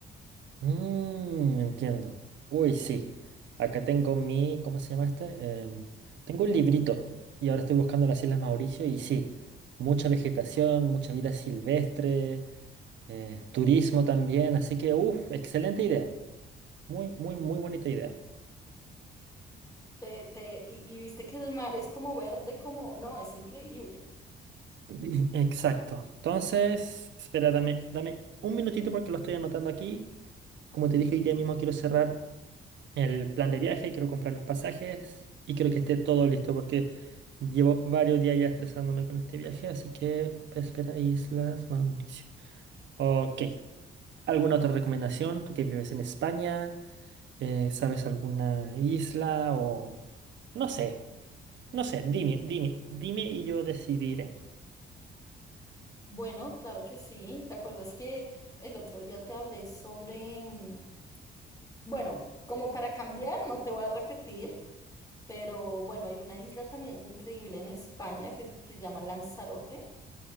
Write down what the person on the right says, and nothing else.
Mmm, entiendo. Uy, sí. Acá tengo mi, ¿cómo se llama este? Em, tengo un librito y ahora estoy buscando las Islas Mauricio y sí, mucha vegetación, mucha vida silvestre, eh, turismo también, así que, uff, excelente idea. Muy, muy, muy bonita idea.
<laughs> Exacto. Entonces, espera, dame, dame un minutito porque lo estoy anotando aquí. Como te dije, hoy día mismo quiero cerrar el plan de viaje, quiero comprar los pasajes y quiero que esté todo listo porque llevo varios días ya estresándome con este viaje, así que espera, Islas Mauricio. Ok. ¿Alguna otra recomendación? Tú que vives en España, eh, ¿sabes alguna isla o...? No sé, no sé, dime, dime, dime y yo decidiré.